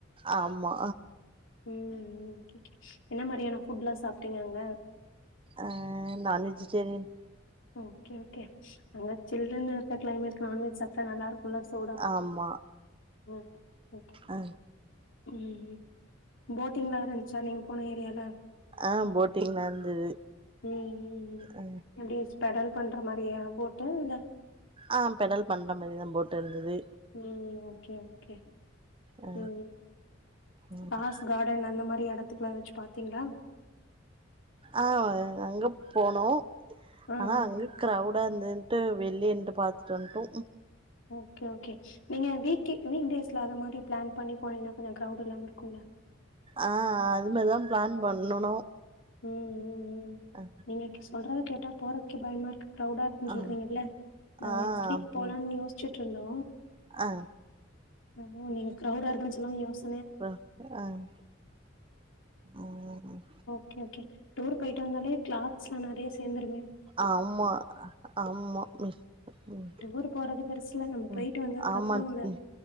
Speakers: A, on the right; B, on the left.
A: ஆமா
B: உம் உம் என்ன மாதிரியான ஃபுட்லா சாப் ட்டிங்க அங்க
A: அஹ் நான் வெஜிடேரியன்
B: ஓகே ஓகே அங்க சில்லுனு இருக்கற கிளைமேட் நான்வெஜ் சாப்டா நல்லா இருக் கு ல சூடா
A: ஆமா
B: ஓகே ஓகே
A: ஆ
B: உம் உம் போட்டிங்லா வேற இருந்துச்சா நீங்க போன ஏரியால
A: ஆஹ் போட்டிங்லா இருந்தது
B: ம் ம் ம்
A: அஹ்
B: எப்டி பெடல் பண்ற மாரியா போட்டு இல்ல
A: ஆஹ் பெடல் பண்ற மாரி தா போட் இருந்துது
B: உம் ஓகே ஓகே
A: ஆ
B: உம்
A: ம்
B: பாஸ் கார்டன் அந்த மாரி எடத்துக்குலா வச்சு பாத்தீங்களா
A: ஆ அங்க போனோ
B: ஆ
A: ஆனா
B: ஆ
A: அங்க கிரௌடா இருந்துது ட்டு வெளிய நிண்டு பாத்துட்டு வன்டோ
B: ஓகே ஓகே நீங்க வீக்கு வீக்டேஸ்ல அந்த மாரி பிளான் பண்ணி போனீங்கன்னா கொஞ்சோ கிரௌட் இல்லாம இருக்கும்ல
A: ஆஹ் அது மாரி தா பிளான் பண்ணனு
B: உம் உம் உம்
A: ஆ
B: நீங்க இக்க சொல்றத கேட்டா போறக்கே பயமா இருக்கு கிரௌடா இருக்குன்னு
A: ஆ
B: சொல்றீங்கல்ல நாங்க
A: ஆ
B: நெக்ஸ்ட் வீக் போலாம்னு
A: ம்
B: யோசிச்சுட்டு இருந்தோ
A: ஆ
B: ஆ நீங்க க்ரௌவ்வுடா இருக்குன்னு சொல்லுவு யோசிச்
A: அப் ஆஹ் உஹம்
B: ஒகே ஒகே டூர் போயிட்டு வந்தாலே கிளாத் ஸ்லா நெறைய சேந்து
A: ஆமா ஆமா ம் ம்
B: டூர் போறது பெருசுல. நம்ம போயிட்டு
A: ம்
B: வந்ததுக்கப்புறம்
A: ஆமாங்
B: அந்த
A: ம்